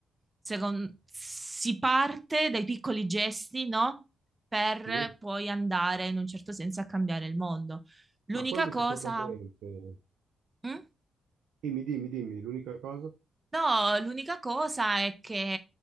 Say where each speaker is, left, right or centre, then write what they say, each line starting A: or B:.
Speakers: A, on the right; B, on the right.
A: secon- si parte dai piccoli gesti, no? Per
B: Sì,
A: poi andare in un certo senso a cambiare il mondo. L'unica
B: ma quello
A: cosa,
B: sicuramente.
A: Mm?
B: Dimmi, dimmi, dimmi, l'unica cosa.
A: No, l'unica cosa è che